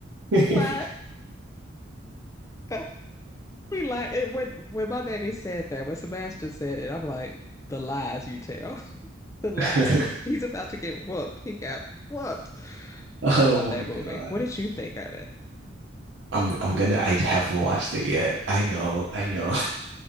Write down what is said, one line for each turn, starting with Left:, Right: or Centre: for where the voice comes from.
Right: yeah.
Left: He lied. <laughs> He lied. It, when when my baby said that, when Sebastian said it, I'm like, the lies you tell, <laughs> the lies.
Right: <laughs>
Left: He's about to get whooped. He got whooped.
Right: oh
Left: But I love that
Right: my
Left: movie.
Right: god.
Left: What did you think of it?
Right: I'm I'm gonna I haven't watched it yet. I know, I know.